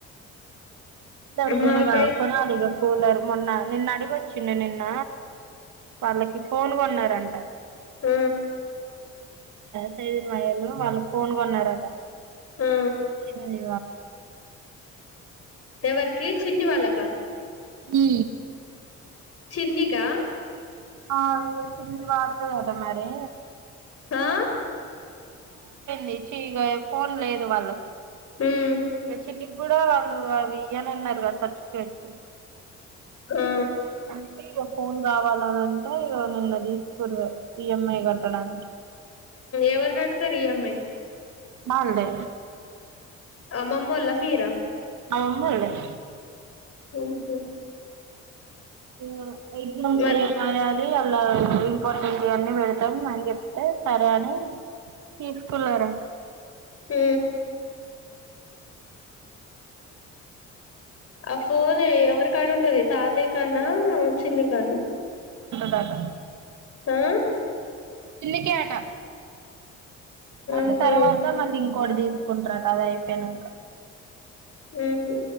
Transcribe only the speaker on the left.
మాకై
హు
ఆ
ఎవరికి చిన్ని వాళ్ళక
చిన్నికా
ఆ
ఉమ్
ఆ
ఎవరు కాడుతారు ఈఎంఐ
అమ్మమ్మ ఓల్ల మీరా
హుహు
మరి
హు ఆ ఫోన్ ఎవరి కాడ ఉంటది తాతయు కన్నా చిన్న కన్ను
ఆ
ఉహు
ఉహు